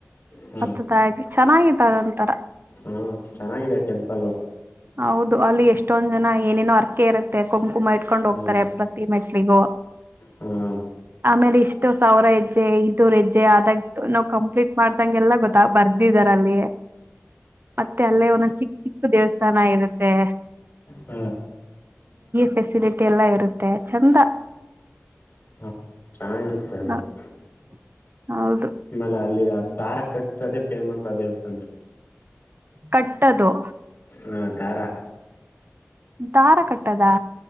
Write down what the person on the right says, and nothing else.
ಹಾತುತ್ತ ಇದ್ವಿ. ಚೆನಾಗಿತ್ತ್ ಅದೊಂಡತಾರ.
ಹೌದು ಅಲ್ಲಿ ಎಷ್ಟೊಂದ್ ಜನ ಏನೇನೋ ಅರ್ಕೆ ಇರುತ್ತೆ ಕೊ ಕುಂಕುಮ ಇಟ್ಕೊಂಡ್ ಹೋಗ್ತಾರೆ
ಪ್ರತಿ ಮೆಟ್ಲಿಗೂ
ಆಮೇಲೆ ಇಷ್ಟ ಮತ್ತೆ ಸಾವಿರ ಹೆಜ್ಜೆ ಇಟೂರ್ ಹೆಜ್ಜೆ ಆದಾಗ ನಾವ್ ಕಂಪ್ಲೀಟ್ ಮಾಡ್ದಂ ಎಲ್ಲ ಗೊತ್ತ ಬರ್ದಿದಾರ ಅಲ್ಲಿ ಮತ್ತೆ ಅಲ್ಲೇ ಒಂದೊಂದ ಚಿಕ್ಕ ಚಿಕ್ಕ ದೇವಸ್ಥಾನ ಇರುತ್ತೆ
ಫೆಸಿಲಿಟಿ ಎಲ್ಲ ಇರುತ್ತೆ ಚಂದ.
<inaudible>
ಹೌದ.
ಕಟ್ಟದು.
ದಾರ ಕಟ್ಟದಾ.